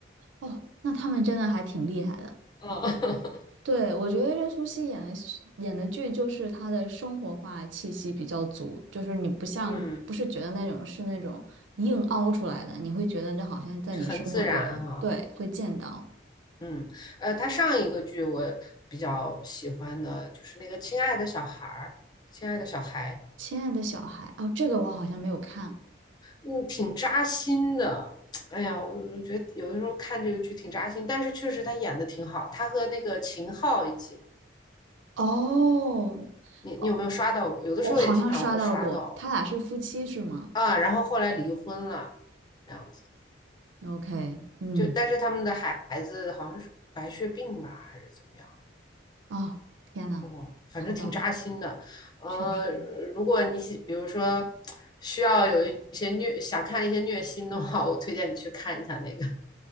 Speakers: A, on the right; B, on the left.
A: 哦，那他们真的还挺厉害的。
B: 嗯，<laughs>
A: 对，我觉得任素汐演的戏演的剧就是她的生活化气息比较足，就是你不像不是觉得那种是那种硬凹出来的，
B: 嗯，
A: 你会觉得这好像在你生活中，
B: 很自然啊，
A: 对，会见到。
B: 嗯，呃，他上一个剧我比较喜欢的就是那个《亲爱的小孩儿》，亲爱的小孩，
A: 亲爱的小孩，哦，这个我好像没有看。
B: 嗯，挺扎心的。<tsk> 哎呀，我我觉得有的时候看这个剧挺扎心，但是确实他演的挺好。他和那个秦昊一起，
A: 哦，
B: 你你有没有刷到过？
A: 哦，
B: 有的时候也经常会刷到
A: 我好像刷到过，他俩是夫妻是吗
B: 啊。然后后来离婚了，那样子，
A: ？OK，嗯，
B: 就但是他们的孩孩子好像是白血病吧，还是怎么样？
A: 哦，天呐，
B: 哦，反正挺扎心的。
A: 好吧，
B: 呃，
A: 确实，
B: 如果你喜，比如说需要有一些虐，想看一些虐心的话，我推荐你去看一下那个。